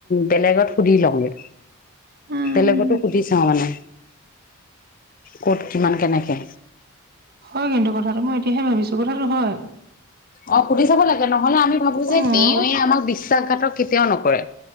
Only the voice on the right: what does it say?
উম,
হয় কিন্তু কথাটো, মই এতিয়াহে ভাবিছো কথাটো হয়।
অ',